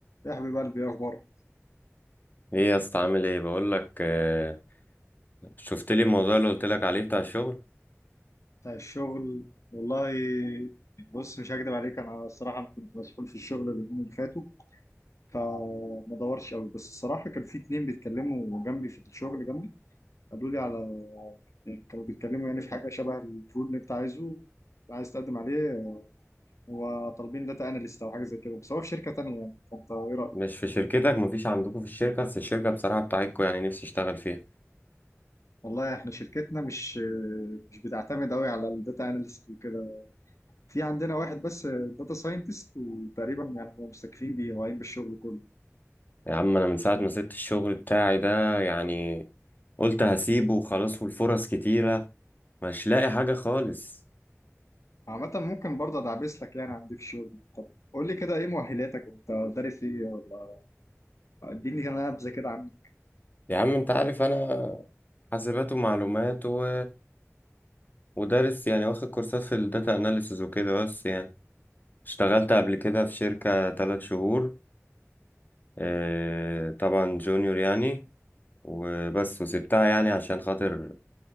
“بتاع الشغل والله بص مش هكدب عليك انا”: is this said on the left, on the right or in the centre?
Left